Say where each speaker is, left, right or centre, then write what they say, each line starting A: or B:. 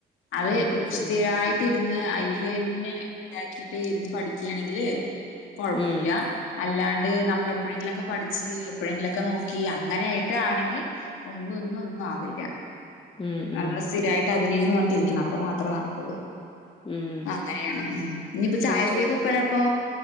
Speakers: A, on the left; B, on the left.
A: അത്
B: എന്താ ചെയ്യും
A: സ്ഥിരായി ഇട്ടിരുന്ന് അയിലെന്നെ ഇതാക്കിട്ട് ഇരുന്ന് പഠിക്കയാണെങ്കില് കൊഴപ്പുല
B: ഉം
A: അല്ലാണ്ട് നമ്മൾ എപ്പോഴെങ്കിലുംക്കെ പഠിച്ച് എപ്പോഴെങ്കിലുംക്കെ നോക്കി അങ്ങനെയായിട്ടണെങ്കിൽ ഒന്നും ഒന്നും ഒന്നും ആവില്ല.
B: ഉം ഉം
A: നമ്മള് സ്ഥിരായിട്ട് അതിന് ന്ന് പറഞ്ഞ്ട്ട് ഇരിക്കണം അപ്പൊ മാത്രമേ നടക്കുള്ളൂ.
B: ഉം
A: അങ്ങനെയാണ് ഇനിയിപ്പോ ചായകുടി
B: പിന്നെ ചോ
A: യൊക്കെ എപ്പോഴാപ്പൊ?